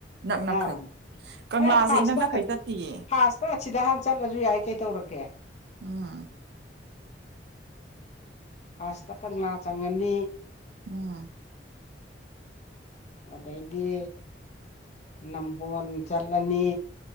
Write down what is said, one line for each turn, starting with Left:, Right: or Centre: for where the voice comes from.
Right: ꯅꯛꯅꯈꯩ
Left: ꯍꯥ
Right: ꯀꯪꯂꯥꯁ
Left: ꯑꯦ ꯐꯥꯁꯇ
Right: ꯏ ꯅꯛꯅꯈꯩ ꯆꯠꯇꯌꯦ
Left: ꯐꯥꯁꯇ ꯑꯁꯤꯗ ꯍꯥꯟꯅ ꯆꯠꯂꯁꯨ ꯌꯥꯏ ꯀꯩꯗꯧꯔꯒꯦ
Right: ꯑꯥ
Left: ꯐꯥꯔꯁꯇ ꯀꯪꯂꯥ ꯆꯪꯉꯅꯤ
Right: ꯎꯝ
Left: ꯑꯗꯩꯗꯤ ꯅꯝꯕꯣꯟ ꯆꯠꯂꯅꯤ